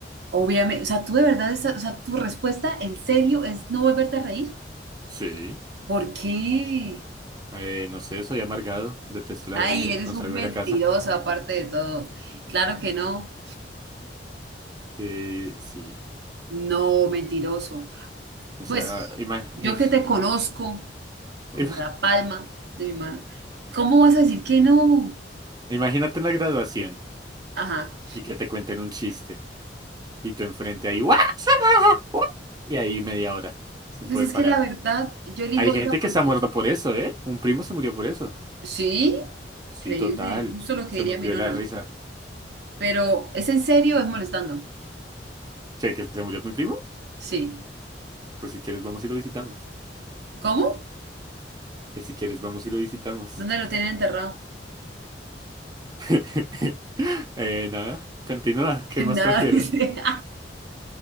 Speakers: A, on the right; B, on the right.
A: Obviamente, o sea, tú de verdad, esa- o sea, tu respuesta en serio es no volverte a reír.
B: Sí.
A: ¿Por qué?
B: Eh, no sé, soy amargado, detesto la
A: Ay,
B: vida,
A: eres
B: no salgo
A: un mentiroso
B: de la casa.
A: aparte de todo. Claro que no.
B: Eh, sí.
A: No, mentiroso.
B: O sea,
A: Pues
B: ima-
A: yo
B: im-
A: que te conozco como
B: <laughs> im-
A: la palma de mi mano, ¿cómo vas a decir que no?
B: imagínate en la graduación.
A: Ajá.
B: y que te cuenten un chiste y tú enfrente ahí, ¡guau! <laughs> ¡guau! y ahí media hora sin
A: Pues
B: poder
A: es
B: parar.
A: que la verdad, yo elijo
B: Hay gente
A: esa
B: que
A: porque
B: se ha muerto por eso, ¿eh? Un primo se murió por eso.
A: sí,
B: Sí,
A: creíble,
B: total.
A: justo lo que
B: Se
A: diría
B: murió
A: mi nona.
B: de la risa.
A: Pero ¿es en serio o es molestando?
B: ¿Qué, que se murió mi primo?
A: Sí.
B: Pues si quieres vamos y lo visitamos.
A: ¿Cómo?
B: Que si quieres vamos y lo visitamos.
A: ¿Dónde lo tienen enterrado?
B: <laughs> Eh, nada, continúa.
A: <laughs>
B: ¿Qué más
A: Nada,
B: prefiero?
A: dice.